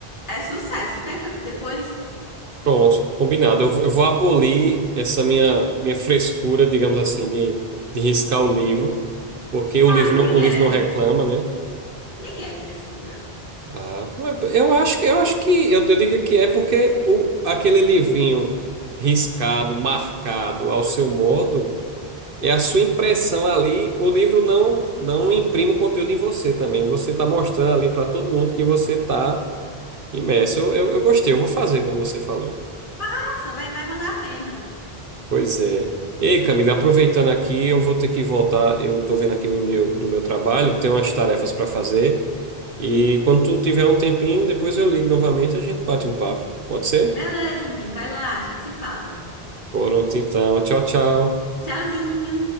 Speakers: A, on the left; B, on the right.
A: É sucesso, tenta depois.
B: Pronto, combinado. Eu, vou- eu vou abolir essa minha, minha frescura, digamos assim, de, de riscar o livro, porque o
A: Ai,
B: livro não,
A: nem
B: o livro
A: é,
B: não reclama, né?
A: nem é frescura.
B: Ah, não é- eu acho, que- eu acho que eu, eu digo que é porque o, aquele livrinho riscado, marcado ao seu modo, é a sua impressão ali. O livro não não imprime o conteúdo em você também. Você está mostrando ali para todo mundo que você está imerso. Eu, eu, eu gostei, eu vou fazer como você falou.
A: Faça, vai, vai valer a pena.
B: Pois é. Ei, Camila, aproveitando aqui, eu vou ter que voltar. Eu estou vendo aqui o e-mail do meu trabalho, tenho umas tarefas para fazer. E quando tu tiver um tempinho, depois eu ligo novamente e a gente bate um papo. Pode ser?
A: Beleza, menino, vai lá, a gente se fala.
B: Por Pronto, então. Tchau, tchau.
A: Tchauzinho!